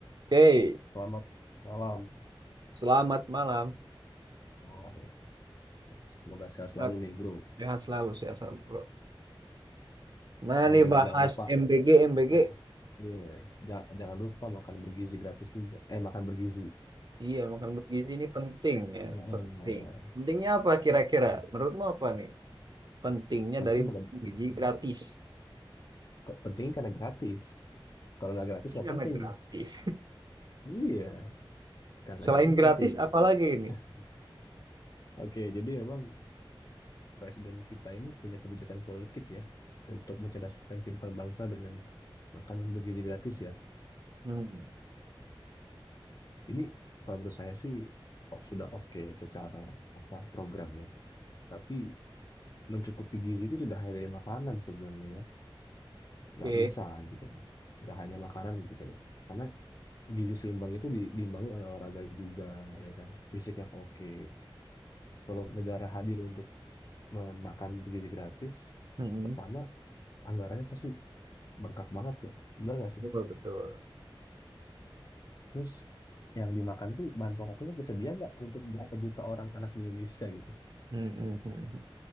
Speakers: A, on the right (about 50°); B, on the left (about 45°).
A: Oke,
B: Selamat malam.
A: selamat malam.
B: Waduh, semoga sehat selalu
A: Bro.
B: nih, bro.
A: Sehat selalu, sehat selalu, bro. Mana
B: Dan
A: nih
B: jangan,
A: bahas
B: jangan lupa,
A: MBG, MBG?
B: ya, iya, ja- jangan lupa makan bergizi gratis juga. Eh, makan bergizi.
A: Iya, makan bergizi ini penting ya,
B: Heeh.
A: penting. Pentingnya apa kira-kira? Menurutmu apa nih? Pentingnya
B: Penting
A: dari
B: kalau
A: gizi gratis.
B: penting karena gratis. Kalau nggak gratis
A: Ini
B: nggak
A: namanya
B: penting.
A: gratis.
B: Iya,
A: <laughs>
B: karena
A: Selain
B: gratis
A: gratis,
B: penting.
A: apa
B: Ya.
A: lagi ini?
B: <laughs> Oke, jadi memang presiden kita ini punya kebijakan politik ya untuk mencerdaskan kehidupan bangsa dengan makan bergizi gratis ya.
A: Hmm,
B: Ini kalau menurut saya sih oh, sudah oke secara apa program ya. Tapi mencukupi gizi itu tidak hanya dari makanan sebenarnya ya. Nggak
A: Oke.
B: bisa gitu. loh. Nggak hanya makanan gitu ya. Karena gizi seimbang itu di- diimbangi oleh olahraga juga ya kan. Fisik yang oke. Kalau negara hadir untuk me- makan bergizi gratis,
A: Hmm,
B: pertama anggarannya pasti bengkak banget ya. Benar nggak sih?
A: Betul, betul.
B: Terus yang dimakan tuh bahan pokoknya tersedia nggak untuk berapa juta orang anak di Indonesia gitu.
A: Hmm, hmm, hmm. hmm.